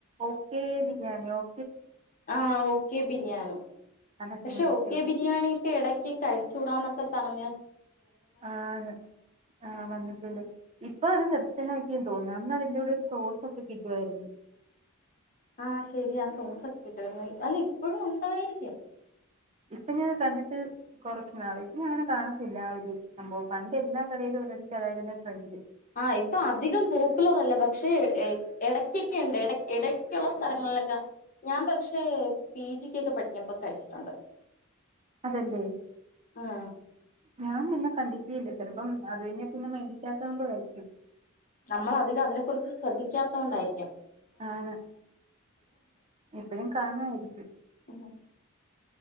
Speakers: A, on the right; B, on the left.
A: ഓക്കെ ബിരിയാണി ഓ-
B: ആ് ഓക്കെ ബിരിയാണി
A: അതൊക്കെ
B: പക്ഷെ
A: മേടിക്കുവായിരുന്നു
B: ഓക്കെ ബിരിയാണിക്കെ ഇടക്കൊക്കെ കഴിച്ചൂടാ ഒക്കെ പറഞ്ഞ
A: ആണ് ആഹ് വന്നിട്ടുണ്ട് ഇപ്പൊ അതും നിർത്തി - ഭക്തനാക്കിയെന്ന് തോന്നുന്നു അന്ന് അതിന്റെറ കൂടെ ഒരു സോസ ഒക്കെ കിട്ടുവായിരുന്നു
B: ആഹ ശെരിയാ സോസ്ക്കെ കിട്ടുവരുന്നു അല്ല ഇപ്പോഴും ഉണ്ടായിരിക്കും
A: ഇപ്പൊ ഞാൻ കണ്ടിട്ട് കുറച്ച് നാള് ഇപ്പൊ ഞ അങ്ങനെ കാണത്തില്ല ആ ഒരു സംഭവം പണ്ട് എല്ലാ കടയിലും <unintelligible> ട്രെൻഡ്
B: ആ ഇപ്പൊ അധികം പോപ്പുലർ അല്ല പക്ഷേ ഇടയ്ക്കൊക്കെുണ്ട് ഇടക്കുള്ള സ്ഥലങ്ങളിലൊക്കെ ഞാൻ പക്ഷേ പി ജിക്ക്കൊ ക്കെ പഠിക്ക്പൊ കഴിച്ചിട്ടുണ്ട്
A: അതല്ലേ
B: ആഹ്
A: ഞാൻ പിന്നെ കണ്ടിട്ടേ യില്ലേ ചിലപ്പം അത് പിന്നെ മേടിക്കാത്ത കൊണ്ട ആരിക്കും
B: നമ്മള അധികം അതിനെ കുുറിച്ച് ശ്രദ്ധിക്കാത്ത കൊണ്ടായിരിക്കും
A: ആണ് എപ്പഴും കാണുമായിരിക്കും
B: ഉം